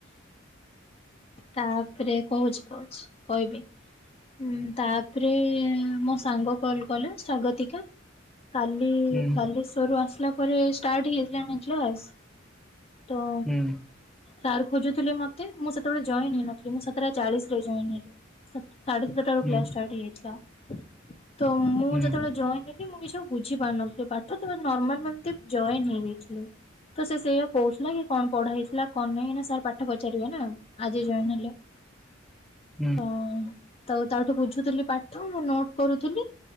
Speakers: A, on the left (about 30°); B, in the centre.
A: ତାପରେ କହୁଚି କହୁଚି କହିବି? ହୁଁ ତାପରେ ମୋ ସାଙ୍ଗ କଲ୍ କଲା ସ୍ଵାଗତିକା କାଲି
B: ହୁଁ
A: ବାଲେଶ୍ଵରରୁ ଆସିଲା ପରେ ଷ୍ଟାର୍ଟ ହେଇଯାଇଥିଲା <unintelligible> ତ
B: ହୁଁ
A: ସାର୍ ଖୋଜୁଥିଲେ ମତେ ମୁଁ ସେ ସେତେବେଳେ ଜଏନ୍ ହେଇନଥିଲି ମୁଁ ସତଟା ଚାଳିଶରେ ଜଏନ୍ ହେଲି ସାଢେ ସାତଟାରୁ
B: ହୁଁ
A: କ୍ଲାସ୍ ଷ୍ଟାର୍ଟ ହେଇଯାଇଥିଲା। ତ ମୁଁ
B: ହୁଁ
A: ଯେତେବେଳେ ଜଏନ୍ ହେଲି ମୁଁ କିଛି ଆଉ ବୁଝି ପାରୁନଥିଲି ପାଠ ତନର୍ମାଲ ଏମିତି ଜଏନ୍ ହେଇଯାଇଥିଲି। ତ ସେଇଆ କହୁଥିଲାକି କଣ ପଢା ହେଇଥିଲା କଣ ନାହିଁ ଏଇନା ସାର୍ ପାଠ ପଚାରିବେନା। ଆଜି ଜଏନ୍ ହେଲେ
B: ହୁଁ ହୁଁ
A: ହଁ। ତ ତାଠୁ ବୁଝୁଥିଲି ପାଠ ମୁ ନୋଟ୍ କରୁଥିଲି